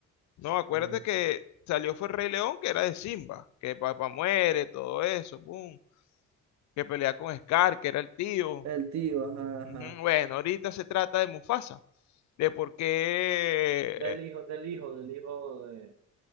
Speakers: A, on the left; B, on the right.
A: No, acuérdate
B: No,
A: que salió fue el Rey León, que era de Simba, que papá muere, todo eso, boom. que pelea con Scar, que era el tío.
B: El tío, ajá,
A: Ujú,
B: ajá.
A: Bueno, ahorita se trata de Mufasa, de por qué...
B: Del
A: eh,
B: hijo, del hijo, del hijo de,